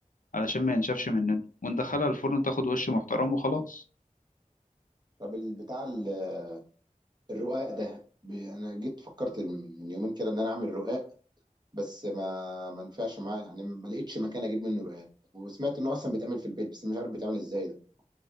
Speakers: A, on the left (about 75°); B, on the right (about 30°).
A: علشان ما ينشفش مننا وندخلها الفرن تاخد وش محترم وخلاص
B: طب ال- بتاع ال- الرقاق ده ب- انا جيت فكرت من من يومين كده ان انا اعمل رقاق بس ما ما نفعش معايا يعني ما لقيتش مكان اجيب منه رقاق وسمعت انه اصلا بيتعمل في البيت بس مش عارف بيتعمل ازاي ده